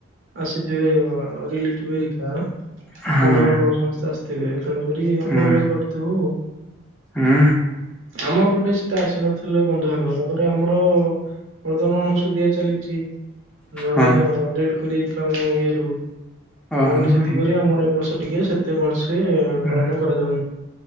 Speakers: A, on the right (about 75°); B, in the centre.
A: ଆସିଥିବେ ରିଲେଟିଭ ଘରିକା
B: ହଁ
A: ବନ୍ଧୁବାନ୍ଧବ ସମସ୍ତେ ଆସିଥିବେ ତେଣୁ କରି
B: ହୁଁ
A: ଭଲ କଟିଥବ ଆଉ
B: ହୁଁ
A: ଆମ ପଟେ ସେତେ ଆସିନ ଥିଲେ ବନ୍ଧୁବାନ୍ଧବ ତାପରେ ଆମର ବର୍ତ୍ତମାନ ଅଣସୁଧିଆ ଚାଲିଚି ଜଣେ
B: ହଁ
A: ଡେଡ଼ କରି ଯାଇଥିଲେ ଆମ ଇଏରୁ। ତେଣୁକରି
B: ଓହୋ
A: ସେଥିପରି
B: ହେ-
A: ଆମର ଏ ବର୍ଷ ଟିକେ ସେତେ ଭଲସେ
B: ହଁ।
A: ପାଳନ କରାଯାଉନି।